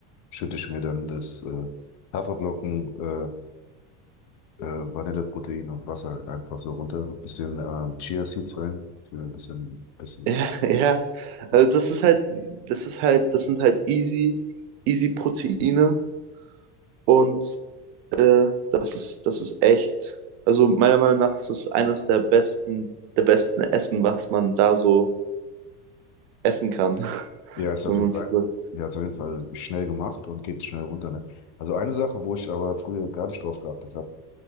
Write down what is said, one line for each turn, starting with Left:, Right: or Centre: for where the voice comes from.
Left: schütte ich mir dann das äh, Haferflocken äh, äh, Vanilleprotein und Wasser halt einfach so runter. Noch ein bisschen ähm, Chia Seeds rein. Für ein bisschen, bisschen
Right: <laughs> Ja, ja. Also
Left: äh,
Right: das ist halt, das ist halt, das sind halt easy, easy Proteine und Äh, das ist, das ist echt, also meiner Meinung nach ist es eines der besten, der besten Essen, was man da so essen kann, <laughs>
Left: Ja, ist
Right: wenn
Left: auf jeden
Right: man
Left: Fall,
Right: so sagt.
Left: ja, ist auf jeden Fall schnell gemacht und geht schnell runter, ne? Also eine Sache, wo ich aber früher gar nicht drauf geachtet habe,